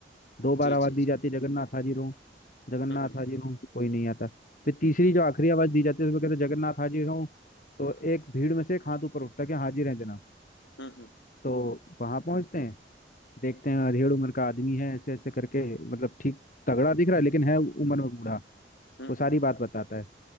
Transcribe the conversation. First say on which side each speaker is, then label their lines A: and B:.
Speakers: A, on the left; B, on the left.
A: दो बार
B: जी,
A: आवाज
B: जी,
A: दी
B: जी।
A: जाती है जगन्नाथ हाजिर हो जगन्नाथ
B: हुँ, हुँ।
A: हाजिर हो कोई नहीं आता फिर तीसरी जो आखिरी आवाज दी जाती है उसमें कहते हैं जगन्नाथ हाजिर हो तो एक भीड़ में से एक हाथ ऊपर उठता है कि हाजिर है जनाब
B: हुँ, हुँ।
A: तो वहां पहुंचते हैं देखते हैं अधेड़ उम्र का आदमी है ऐसे ऐसे करके मतलब ठीक तगड़ा दिख रहा है लेकिन है उम्र में बूढ़ा
B: हुँ,
A: वो सारी
B: हुँ।
A: बात बताता है